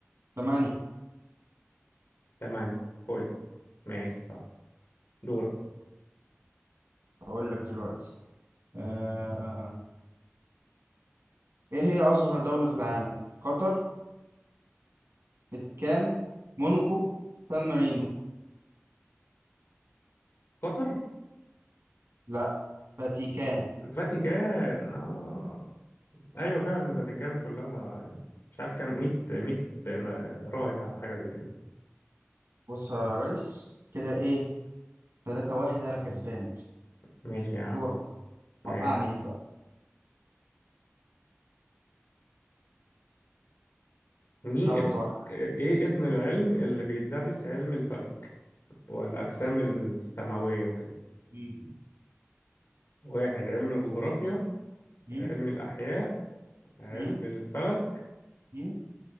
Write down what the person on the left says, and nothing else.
تمانية فل ماشي صح دورك
قطر
الفاتيكان آه. ايوه فعلا الفاتيكان كلها يعني مش عارف كام مية مية راهب او حاجة زي كده
ماشي يا عم
ماشي
مي...
ايه اسم العلم اللي بيدرس علم الفلك والاجسام
السماوية وكده
واحد علم الجغرافيا
علم الاحياء علم
الفلك